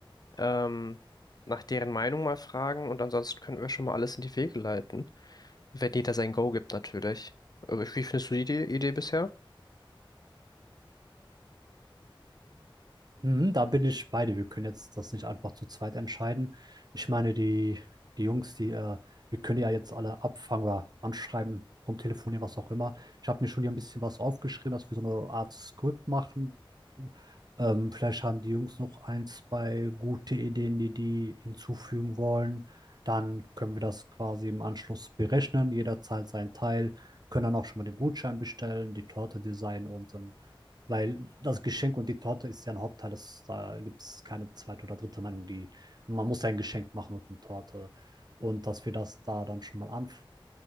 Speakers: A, on the left; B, on the right.
A: ähm, nach deren Meinung mal fragen und ansonsten könnten wir schon mal alles in die Wege leiten, wenn jeder sein Go gibt natürlich. Aber Wie findest du die Idee Idee bisher?
B: Mhm, Da bin ich bei dir. Wir können jetzt das nicht einfach zu zweit entscheiden. Ich meine, die, die Jungs, die, äh, wir können die ja jetzt alle abfangen oder anschreiben, rumtelefonieren, was auch immer. Ich habe mir schon hier ein bisschen was aufgeschrieben, dass wir so eine Art Skript machen, ähm, vielleicht haben die Jungs noch ein, zwei gute Ideen, die die hinzufügen wollen. Dann können wir das quasi im Anschluss berechnen. Jeder zahlt seinen Teil, können dann auch schon mal den Gutschein bestellen, die Torte designen und ähm, weil das Geschenk und die Torte ist ja ein Hauptteil, das, da gibt es keine zweite oder dritte Meinung, die man muss ja ein Geschenk machen und eine Torte. Und dass wir das da dann schon mal anf